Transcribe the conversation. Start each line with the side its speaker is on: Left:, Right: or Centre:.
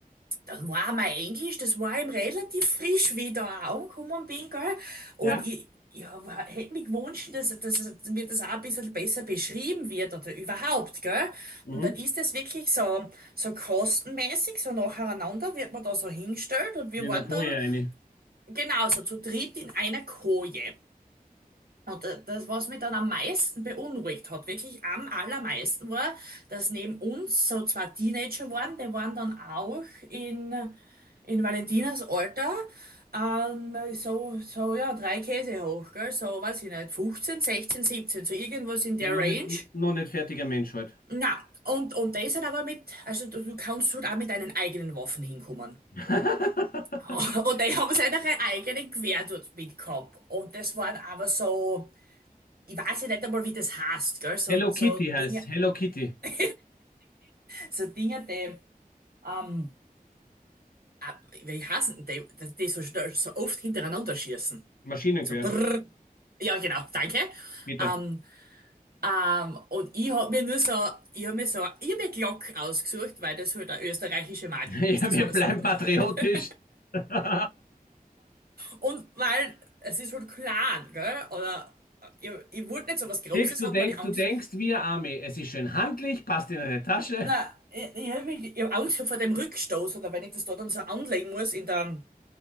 Right: dann war mein Englisch, das war ihm relativ frisch, wie ich da auch angekommen bin, gell? Und
Left: Ja?
Right: ich, ich hab- hätte mir gewünscht, dass, dass mir das auch ein bisschen besser beschrieben wird oder überhaupt, gell?
Left: Mhm.
Right: Und dann ist das wirklich so, so kostenmäßig, so nacheinander wird man da so hingestellt und wir
Left: In
Right: waren
Left: der Koje
Right: dann
Left: eine.
Right: genauso zu dritt in einer Koje. Und da- das, was mich dann am meisten beunruhigt hat, wirklich am allermeisten war, dass neben uns so zwei Teenager waren, die waren dann auch in, in Valentinas Alter, ähm, so, so, ja, drei Käse hoch, gell, so, weiß ich nicht, 15, 16, 17, so irgendwas in der
Left: Ja, noch
Right: Range.
Left: nicht, noch nicht fertiger Mensch halt.
Right: Na, und, und die sind aber mit, also du, du kannst halt auch mit deinen eigenen Waffen hinkommen.
Left: <laughs>
Right: <laughs> Und die haben seine eigenen Gewehr dort mitgehabt. Und das waren aber so, ich weiß ja nicht einmal, wie das heißt, gell? So,
Left: Hello
Right: so
Left: Kitty
Right: Dinge,
Left: heißt Hello Kitty.
Right: <laughs> so Dinge, die, ähm, ah, wie heißen die, die die so schnell, so oft hintereinander schießen.
Left: Maschinengewehr,
Right: So brrr. Ja, genau, danke.
Left: bitte.
Right: Ähm,
Left: <laughs>
Right: ähm, und ich hab mir nur so, ich hab mir so eine irre Glock ausgesucht, weil das halt eine österreichische Marke
Left: Ja,
Right: ist. Also,
Left: wir
Right: also
Left: bleiben patriotisch.
Right: <laughs>
Left: <laughs>
Right: und weil es ist halt klein, gell? Oder äh, ich, ich wollte nicht so was Großes
Left: Dirk, du
Right: haben,
Left: denkst,
Right: weil ich Angst
Left: du denkst wir Armee Es ist schön handlich, passt in eine Tasche.
Right: Nein, ich, ich habe mich, ich hab Angst gehabt vor dem Rückstoß oder wenn ich das da dann so anlegen muss in der